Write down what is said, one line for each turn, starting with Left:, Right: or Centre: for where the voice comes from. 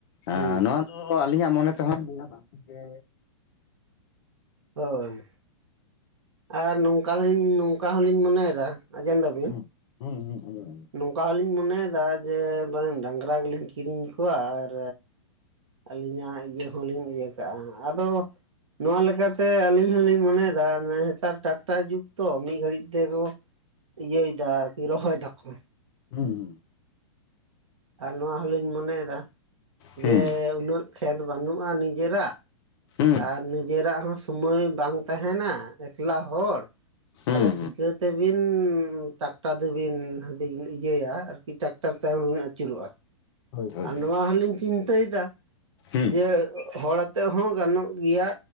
Left: ᱟᱨ
Right: ᱦᱩᱸ
Left: ᱱᱚᱣᱟ ᱫᱚ ᱟᱹᱞᱤᱧᱟᱜ ᱢᱚᱱᱮ ᱛᱮᱦᱚᱸ ᱞᱟᱹᱭᱟ ᱵᱟᱝ‌ ᱴᱷᱤᱠ‌ ᱜᱮ᱾
Right: ᱦᱳᱭ᱾ ᱟᱨ ᱱᱚᱝᱠᱟ ᱞᱤᱧ ᱱᱚᱝᱠᱟ ᱦᱚᱸᱞᱤᱧ ᱢᱚᱱᱮᱭᱫᱟ ᱟᱸᱡᱚᱢ ᱫᱟᱵᱤᱱ?
Left: ᱦᱩᱸ ᱦᱩᱸ ᱟᱸᱡᱚᱢ ᱫᱟᱞᱤᱧ᱾
Right: ᱱᱩᱝᱠᱟ ᱦᱚᱸᱞᱤᱧ ᱢᱚᱱᱮᱭᱫᱟ ᱡᱮ ᱵᱟᱝ ᱰᱟᱝᱜᱽᱨᱟ ᱜᱮᱞᱤᱧ ᱠᱤᱨᱤᱧ ᱠᱚᱣᱟ ᱟᱨ ᱟᱹᱞᱤᱧᱟᱜ ᱤᱭᱟᱹ ᱦᱚᱸ ᱞᱤᱧ ᱤᱭᱟᱹ ᱠᱟᱜ-ᱟ᱾ ᱟᱫᱚ ᱱᱚᱣᱟ ᱞᱮᱠᱟ ᱛᱮ ᱟᱹᱞᱤᱧ ᱦᱚᱸᱞᱤᱧ ᱢᱚᱱᱮᱭᱫᱟ ᱚᱱᱮ ᱦᱮᱛᱟᱨ ᱴᱟᱠᱴᱟᱨ ᱡᱩᱜᱽ ᱛᱚ ᱢᱤᱫ ᱜᱷᱟᱹᱲᱤᱡ ᱛᱮᱠᱚ ᱤᱭᱟᱹᱭ ᱫᱟ ᱟᱨᱠᱤ ᱨᱚᱦᱚᱭ ᱫᱟᱠᱚ᱾
Left: ᱦᱩᱸ᱾
Right: ᱟᱨ ᱱᱚᱣᱟ ᱦᱚᱸᱞᱤᱧ ᱢᱚᱱᱮᱭᱫᱟ
Left: ᱦᱩᱸ
Right: ᱡᱮ ᱩᱱᱟᱹᱜ ᱠᱷᱮᱛ ᱵᱟᱱᱩᱜ-ᱟ ᱱᱤᱡᱮᱨᱟᱜ᱾
Left: ᱦᱩᱸ
Right: ᱟᱨ ᱱᱤᱡᱮᱨᱟᱜ ᱦᱚᱸ ᱥᱩᱢᱟᱹᱭ ᱵᱟᱝ ᱛᱟᱦᱮᱱᱟ ᱮᱠᱞᱟ ᱦᱚᱲ᱾
Left: ᱦᱩᱸ
Right: ᱛᱟᱦᱚᱞᱮ
Left: ᱦᱩᱸ
Right: ᱪᱤᱠᱟᱹ ᱛᱮᱵᱤᱱ ᱴᱟᱠ ᱴᱟ ᱫᱩᱵᱤᱱ ᱵᱤᱱ ᱤᱭᱟᱹᱭᱟ ᱟᱨᱠᱤ ᱴᱟᱠᱴᱟᱨ ᱛᱟᱭᱚᱢ ᱵᱤᱱ ᱟᱹᱪᱩᱨᱚᱜ-ᱟ᱾
Left: ᱦᱳᱭ ᱦᱳᱭ
Right: ᱟᱨ ᱱᱚᱣᱟ ᱦᱚᱸ ᱞᱤᱧ ᱪᱤᱱᱛᱟᱹᱭ ᱫᱟ
Left: ᱦᱩᱸ
Right: ᱡᱮ ᱦᱚᱲ ᱟᱛᱮᱜ ᱦᱚᱸ ᱜᱟᱱᱚᱜ ᱜᱮᱭᱟ᱾